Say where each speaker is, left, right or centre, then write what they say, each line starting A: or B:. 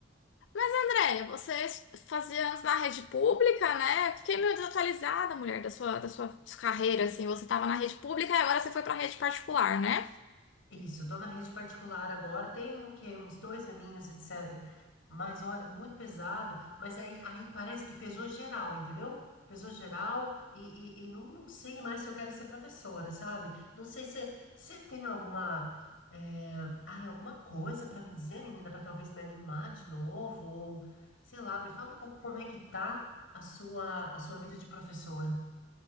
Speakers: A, on the left (about 70°); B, on the left (about 85°).
A: Andréia, você fazia antes na rede pública, né? Fiquei meio desatualizada, mulher, da sua, da sua carreira, assim. Você tava na rede pública e agora você foi pra rede particular, né?
B: Isso, tô na rede particular agora, tem o quê? Uns dois aninhos, etc. Mas olha, muito pesado, mas aí, aí parece que pesou geral, entendeu? Pesou geral e, e, e não, não sei mais se eu quero ser professora, sabe? Não sei se você tem alguma, eh, ai, alguma coisa pra me dizer, menina, pra talvez me animar de novo, ou sei lá, me fala um pouco como é que tá a sua, a sua vida de professora.